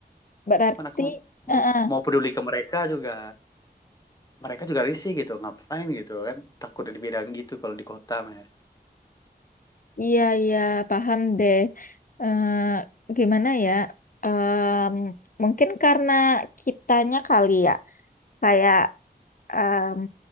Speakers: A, on the left; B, on the left.
A: Berarti,
B: cuman aku
A: eh,
B: mau mau peduli ke mereka juga mereka juga risih gitu ngapain gitu kan takut dibidang gitu kalau di kota mah ya
A: iya iya paham deh. Eh, gimana ya? Em, mungkin karena kitanya kali ya, kayak em,